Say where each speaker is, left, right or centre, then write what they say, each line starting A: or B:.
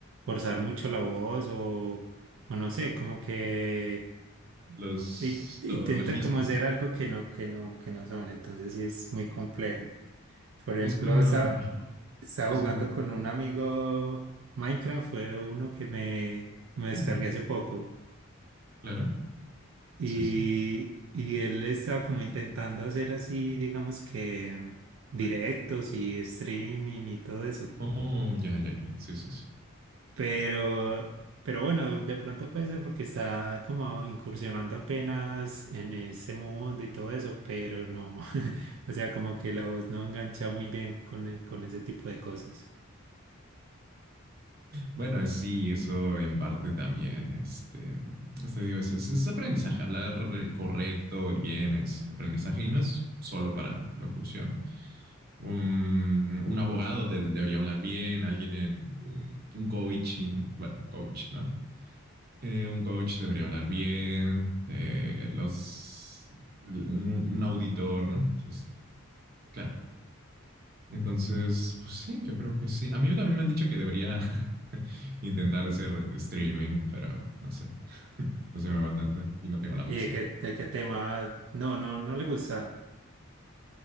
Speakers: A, on the right; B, on the right.
A: forzar mucho la voz o, o no sé, como que
B: Los
A: y- intentan
B: doblajismos.
A: como hacer algo que no, que no, que no son, entonces sí es muy complejo. Por
B: Es
A: ejemplo,
B: cuando,
A: estaba,
B: ajá.
A: estaba
B: Sí, sí,
A: jugando
B: sí. te-
A: con un amigo Minecraft, fue uno que me, me
B: Oh,
A: descargué
B: my God.
A: hace poco
B: Claro.
A: y,
B: Sí, sí.
A: y él estaba como intentando hacer así, digamos que mm, directos y streaming y todo eso.
B: Oh, ya, ya, ya. Sí, sí, sí.
A: Pero, pero bueno, de pronto puede ser porque está como incursionando apenas en ese mundo y todo eso, pero no. <laughs> O sea, como que la voz no engancha muy bien con, e- con ese tipo de cosas.
B: Bueno, sí, eso en parte también, este, este digo, es, es- es aprendizaje, hablar eh, correcto y bien es aprendizaje y no es solo para locución. un, un abogado de- debería hablar bien, alguien en un, un coaching, bueno, coach, ¿no? Eh, un coach debería hablar bien, eh, los, un, un auditor, ¿no? Entonces, claro. Entonces, pues sí, yo creo que sí. A mí también me han dicho que debería <laughs> intentar hacer streaming, pero no sé. <laughs> No se me va tanto y no tengo la
A: ¿Y
B: PC.
A: de qué, de qué tema? No, no, no le gusta.